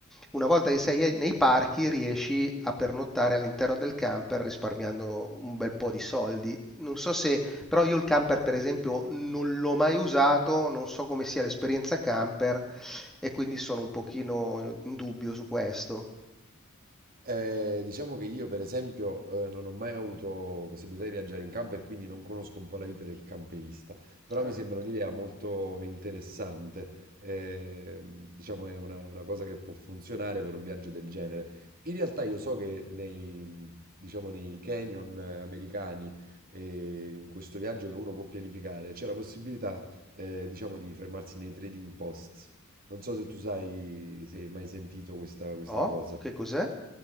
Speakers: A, in the centre; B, on the right.
A: una volta che sei e nei parchi riesci a pernottare all'interno del camper risparmiando un bel po' di soldi. Non so se però io il camper, per esempio, non l'ho mai usato, non so come sia l'esperienza camper e quindi sono un pochino in dubbio su questo.
B: Eh, diciamo che io, per esempio, eh, non ho mai avuto possibilità di viaggiare in camper, quindi non conosco un po' la vita del camperista, però
A: Eh,
B: mi sembra un'idea molto interessante. eh, diciamo è una, una cosa che può funzionare per un viaggio del genere. In realtà io so che nei, diciamo, nei canyon eh, americani, eh, in questo viaggio che uno può pianificare, c'è la possibilità, eh, diciamo, di fermarsi nei trading posts. Non so se tu sai, se hai mai sentito questa questa
A: no?
B: cosa.
A: Che cos'è?